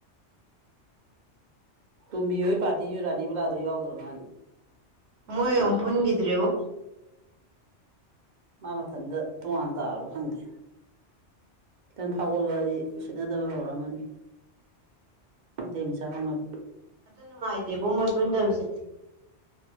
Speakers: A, on the right (about 55°); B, on the right (about 75°).
A: ꯇꯣꯝꯕꯤ ꯍꯣꯏ ꯄꯥꯔꯇꯤ ꯗꯨ ꯔꯥꯅꯤꯕꯂꯥꯗꯣ ꯌꯥꯎꯗ꯭ꯔ ꯃꯥꯂꯦꯅꯦ
B: ꯃꯣꯏ ꯑꯃꯨꯛ ꯄꯨꯟꯒꯤꯗ꯭꯭ꯔꯦꯑꯣ
A: ꯃꯥ ꯃꯊꯟꯇ ꯇꯣꯉꯥꯟ ꯇꯥꯔꯕ ꯈꯪꯗꯦ ꯈꯤꯇꯪ ꯐꯥꯎꯒꯠꯂꯗꯤ ꯎꯁꯤꯠꯅꯗꯕ ꯍꯧꯔꯛꯑꯃꯅꯤ ꯃꯩꯇꯩ ꯃꯆꯥ ꯍꯧꯅꯕꯤ
B: ꯑꯗꯨ ꯅꯨꯡꯉꯥꯏꯇꯦꯕꯣ ꯃꯣꯏ ꯄꯨꯟꯗꯕꯁꯦ